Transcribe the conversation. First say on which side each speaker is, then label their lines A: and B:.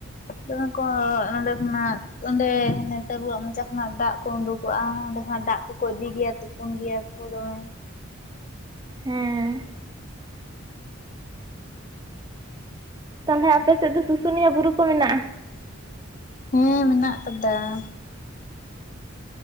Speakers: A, on the left; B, on the right.
A: ᱫᱚᱢᱮ <unintelligible> ᱠᱚ ᱱᱚᱸᱰᱮ ᱠᱷᱚᱱᱟᱜ ᱾ ᱚᱸᱰᱮ ᱱᱮ ᱛᱟᱨᱩᱣᱟᱹᱜ ᱢᱚᱪᱟ ᱠᱷᱚᱱᱟᱜ ᱫᱟᱜ ᱠᱚ ᱩᱰᱩᱠᱚᱜᱼᱟ, ᱚᱸᱰᱮ ᱠᱷᱚᱱᱟᱜ ᱫᱟᱜ ᱠᱚᱠᱚ ᱤᱫᱤ ᱜᱮᱭᱟ ᱛᱚ ᱾ ᱛᱩᱯᱩᱱ ᱜᱮᱭᱟ ᱠᱚ ᱫᱚᱢᱮ ᱾
B: ᱦᱮᱸ ᱛᱟᱦᱚᱞᱮ ᱟᱯᱮ ᱥᱮᱫ ᱫᱚ ᱥᱩᱥᱩᱱᱤᱭᱟᱹ ᱵᱩᱨᱩ ᱠᱚ ᱢᱮᱱᱟᱜᱼᱟ?
A: ᱦᱮᱸ ᱢᱮᱱᱟᱜ ᱠᱟᱫᱟ ᱾